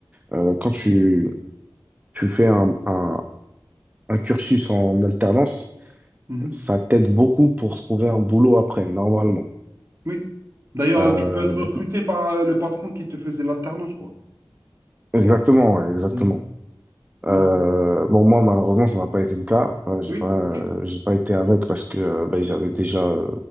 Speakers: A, on the right (about 20°); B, on the right (about 35°).
A: euh, quand tu, tu fais un, un, un cursus en alternance,
B: Mhm.
A: ça t'aide beaucoup pour trouver un boulot après, normalement.
B: Oui. D'ailleurs,
A: Euh,
B: tu peux être
A: donc-
B: recruté par euh, le patron qui te faisait l'alternance, quoi.
A: exactement, ouais, exactement.
B: Mhm. Mhm.
A: Euh, bon, moi, malheureusement, ça n'a pas été le cas. Euh, j'ai
B: Oui,
A: pas, euh,
B: ok.
A: j'ai pas été avec parce que euh, bah, ils avaient déjà, euh,